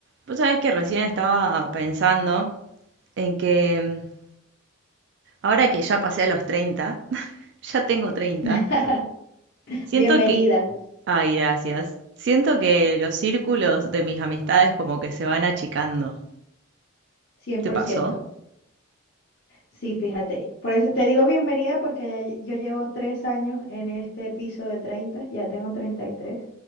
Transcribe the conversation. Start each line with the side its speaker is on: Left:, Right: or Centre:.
Right: Vos sabés que recién estaba pensando en que mm, ahora que ya pasé a los 30 <laughs> ya tengo 30
Left: <laughs>
Right: siento
Left: Bienvenida,
Right: que... Ay, gracias. Siento que los círculos de mis amistades como que se van achicando.
Left: cien
Right: ¿Te
Left: por
Right: pasó?
Left: ciento. Sí, fíjate. Por eso te digo bienvenida porque ya yo llevo tres años en este piso de treinta, ya tengo 30 Y tres